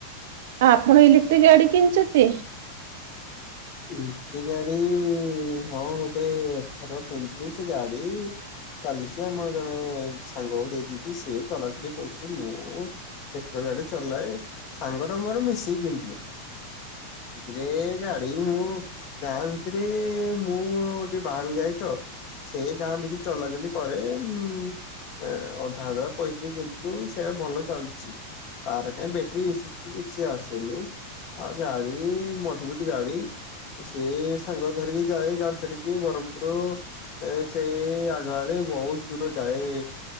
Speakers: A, on the right; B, on the left.
A: ଆପଣ ଇଲେକ୍ଟ୍ରିକ ଗାଡି କିଣିଛନ୍ତି।
B: ଇଲେଟ୍ରୀ ଗାଡି ହଁ ଗୋଟେଥର କିଣିଥିଲୁ ସେ ଗାଡି। ଚାଲିଛି ଆମ ଜଣେ ସାଙ୍ଗ ଦେଇ ଦେଇଛି। ସିଏ ଚଲାଚଲି କରୁଛି। ମୁଁ ପେଟ୍ରୋଲ ଗାଡି ଚଲାଏ। ସାଙ୍ଗର ମୋର ମିଶିକି କିଣିଥିଲୁ। ଗ୍ରେ ଗା ମୁଁ ଗାଁ ଭିତରେ ମୁଁ ଟିକେ ବାହାରକୁ ଯାଏ ତ। ସେଇ ଗାଁରେ ବି ଚଲାଚଲି କରେ। ଉଁ ଏ ଅଧା ଅଧା ପଇସି କିଥିଲୁ। ସେଇଟା ଭଲ ଚାଲୁଛି। ତାର କାଇଁ ବେଟ୍ରି ଇଶୁ କିଛି ଆସେନି। ଆଉ ଗାଡି ମଜବୁତ ଗାଡି ସିଏ ସାଙ୍ଗ ଧରିକି ଯାଏ ଗାଡି ଧରିକି ବରମପୁର। ସେଇ ଆଗଆଡେ ବହୁତ ଦୂର ଯାଏ।